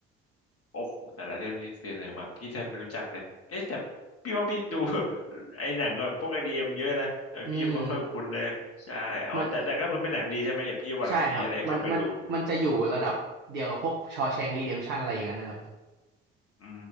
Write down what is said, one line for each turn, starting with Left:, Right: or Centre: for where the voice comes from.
Left: โอ้โหแต่ละเรื่องที่เสนอมาพี่แทบไม่รู้จักเลยเอ๊ะแต่พี่ว่าพี่ดู <laughs> ไอ้หนังแบบพวกไอดีเอ็มเยอะนะแต่พี่ยังไม่ค่อยคุ้นเลยใช่อ๋อแต่แต่ก็คือเป็นหนังดีใช่ไหมเดี๋ยวพี่วันหลังพี่จะได้เข้าไปดู
Right: อืมมันใช่ครับมันมันมันจะอยู่ระดับเดียวกับพวกชอแชงรีเดมชันอะไรอย่างนั้นนะครับ
Left: อื